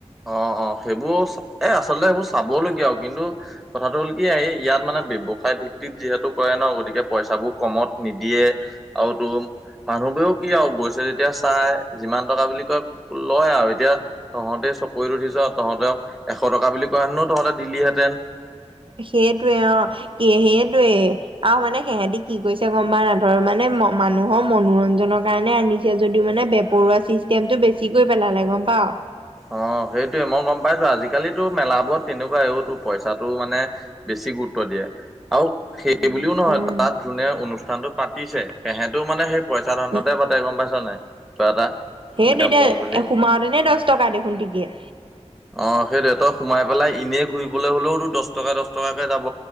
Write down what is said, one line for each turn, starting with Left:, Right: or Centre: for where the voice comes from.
Centre: অ', অ', সেইবোৰ এ আচলতে সেইবোৰ চাবলগীয়া আৰু কিন্তু কথাটো হ'ল কি এই ইয়াত মানে ব্যৱসায় ভিত্তিত যিহেতু কৰে ন গতিকে পইচাবোৰ কমত নিদিয়ে আৰু তো মানুহবোৰেও কি আৰু গৈছে যেতিয়া এতিয়া চাই যিমান টকা বুলি কয় লয় আৰু এতিয়া তহঁতে চ'ব। কৰি ৰ উঠিছ তহঁতক এশ টকা বুলি কোৱােনো তহঁতে দিলহেঁতেন।
Right: সেইটোৱে অ', কি সেইটোৱে। আৰু মানে সিহঁতি কি কৈছে গম পাৱ না ধৰ মানে মানুহৰ মনোৰঞ্জনৰ কাৰণে আনিছে। যদিওঁ মানে ব পৰুৱা চিষ্টেমটো বেছিকৈ পেলালে গ'ম পাৱ।
Centre: অ', সেইটয়ে মই গম পাইছোঁ। আজিকালি মেলাবোৰত তেনেকুৱা এইতো পইচাটো মানে বেছি গুৰুত্ব দিয়ে। আৰু সেইবুলি
Right: উম
Centre: ও নহয়
Right: উম
Centre: তাত যোনে অনুষ্ঠানটো পাতিছে সেহেতোও মানে সেই পইচা ধান্ধাতে
Right: উম
Centre: পাতে গ'ম পাইছ নাই তই এটা।
Right: সেইটো
Centre: ইনকাম
Right: এতিয়া
Centre: কৰো বুলি
Right: সোমাওতে নে দহ টকা দেখোন ক্ৰিকেট।
Centre: অ', সেইটোৱে সোমাই পেলাই এনেই ঘূৰিবলৈ হলেওতো দহ টকা দহ টকাকে যাব।